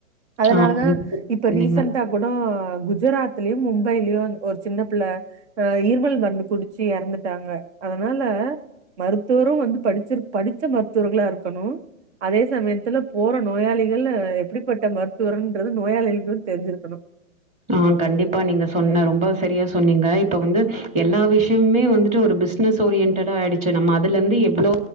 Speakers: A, on the right; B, on the right.
A: அதனாலதா
B: ஆ ரொம்ப
A: இப்ப
B: சொன்னீங்க
A: ரிசன்ட்டா ஆ குஜராத்லயு மும்பைலயு ஒரு சின்ன பிள்ள அ இருமல் மருந்து குடிச்சு எறந்துட்டாங்க அதனால மருத்துவரு வந்து படிச்சிர் படிச்ச மருத்துவர்களா இருக்குணு அதே சமயத்துல போற நோயாளிகள் எப்டிப்பட்ட மருத்துவர்ன்றது நோயாளிகளு தெரிஞ்சிருக்கனு
B: ஆ கண்டிப்பா நீங்க சொன்ன ரொம்ப சரியா சொன்னீங்க இப்ப வந்து எல்லா விஷ்யமுமே வந்துட்டு ஒரு பிஸ் னஸ் ஓரியன்டடா ஆய்டுச்சு நம்ம அதுல இருந்து எவ்ளோ